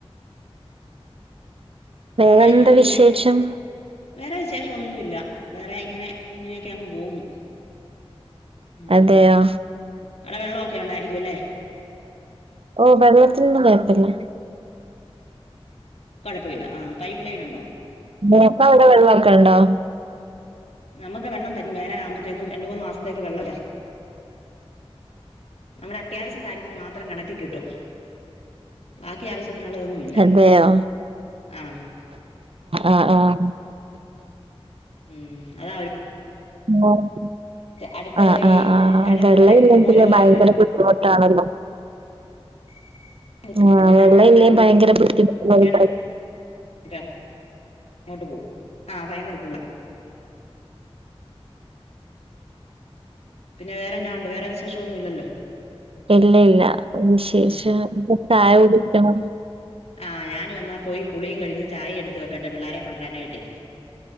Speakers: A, on the right; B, on the left.
A: വേറെന്താ
B: എന്നാ എടുക്കുന്നു പിന്നെ
A: വിശേഷം
B: വേറെ വിശേഷവൊന്നുവില്ല വേറെ ഇങ്ങനെ അങ്ങനെയൊക്കെ അങ്ങ് പോകുന്നു ഉം
A: അതെയോ
B: അവടെ വെള്ളവൊക്കെണ്ടായിരിയ്ക്കും അല്ലേ
A: ഓ വെള്ളത്തിനൊന്നും കൊയപ്പില്ല
B: കുഴപ്പയില്ല ആഹ് പൈപ്പ് ലൈനുണ്ടോ
A: നിങ്ങക്ക് അവ്ടെ വെള്ളക്കെണ്ടോ
B: നമ്മുക്ക് വെള്ളം വറ്റും വേനലാമ്പഴ്ത്തേക്കും രണ്ട് മൂന്ന് മാസത്തേക്ക് വെള്ളവില്ല നമ്മുടെ അത്യാവശ്യം കാര്യത്തിന് മാത്രം കിണറ്റിക്കിട്ടും ബാക്കി ആവശ്യത്തിനുള്ളതൊന്നും ഇല്ല
A: അതെയോ
B: ആഹ്
A: ആഹ് ആഹ്
B: ഉം അതവര്
A: <unintelligible>
B: അടുത്ത്
A: ആഹ് ആഹ്
B: ഈ
A: ആഹ്
B: കിണർ
A: വെള്ളയില്ലെങ്കില്
B: പോലെ ഓല് പോലൊക്കെ
A: ഭയങ്കര ബുദ്ധിമുട്ടാണല്ലോ
B: <inaudible> ബുദ്ധിമുട്ടാ
A: ആഹ്
B: പിന്നെ
A: വെള്ളയില്ലേ
B: നമ്മളിവിടെ പോയി
A: ഭയങ്കര <unintelligible>
B: കുളിക്കാനൊക്കെ <unintelligible> പിന്നെ വേറെന്നാണ്ട് വേറെ വിശേഷം ഒന്നുയില്ലല്ലോ
A: ഇല്ല ഇല്ല വിശേഷം
B: ആഹ്
A: ഇപ്പ ചായ കുടിക്കണം
B: ആഹ് ഞാനും എന്നാ പോയി കുളിയും കഴിഞ്ഞ് ചായ എടുത്ത് വെക്കട്ടെ പിള്ളാരെ കൊണ്ട് വരാനായിട്ടേ